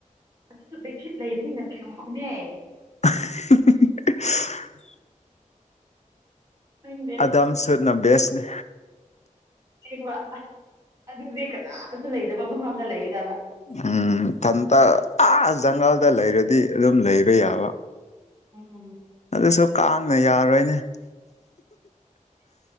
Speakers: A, on the right; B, on the left.
A: ꯑꯗꯨꯁꯨ ꯕꯦꯗꯁꯤꯠ ꯂꯩꯕꯅꯤꯅ <unintelligible>
B: <unintelligible>
A: ꯈꯪꯗꯦ
B: ꯅꯝ ꯁꯨꯠꯅ ꯕꯦꯁꯅꯦ
A: ꯁꯦꯡꯕ ꯑꯗꯨꯗꯤ ꯀꯅꯥꯝꯇ ꯂꯩꯗꯕ ꯃꯐꯝꯗ ꯂꯩꯒꯗꯕ
B: ꯎꯝ ꯊꯟꯇ ꯑ ꯖꯪꯒꯜꯗ ꯂꯩꯔꯗꯤ ꯑꯗꯨꯝ ꯂꯩꯕ ꯌꯥꯕ
A: ꯎꯝ
B: ꯑꯗꯨꯁꯨ ꯀꯥꯡꯅ ꯌꯥꯔꯣꯏꯅꯦ